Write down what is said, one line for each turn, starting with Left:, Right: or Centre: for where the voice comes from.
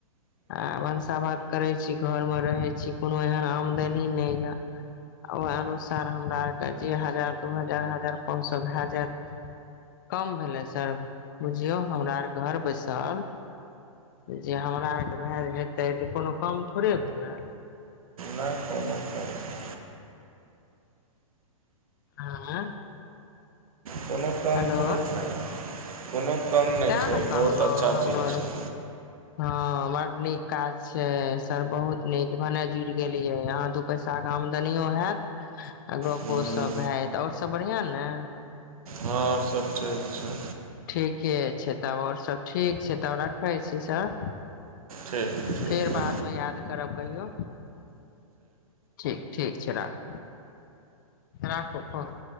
Left: आ भनसा भात करैत छी घरमे रहैत छी कोनो एहन आमदनी नइ यए ओहि अनुसार हमरा आरके जे हजार दू हजार हजार पाँच सए भए जायत कम भेलै सर बुझियौ हमरा आर घर बैसल जे हमरा आरके भए जे हेतै तऽ कोनो काम थोड़े भेलै
Right: नहि कोना क भैलै
Left: आँ
Right: कोनो कम
Left: हेलो
Right: थोडे छइ कोनो कम नहि
Left: तैं
Right: छै
Left: ने कहलहुँ
Right: बहुत अच्छा
Left: हमरो
Right: चीज छैय
Left: हँ बड़ नीक काज छै सर बहुत नीक भने जुड़ गेलियै यहाँ दू पैसा के आमदनियो हयत आ गपो
Right: हँ
Left: सब भत ओर सब बढ़िआं ने
Right: हँ आर सब ठीक छै
Left: ठीके छै तब आओर सब ठीक छै तब रखै छी सर
Right: ठीक ठीक
Left: फेर बादमे याद करब कहियौ ठीक ठीक छै राख राखू फोन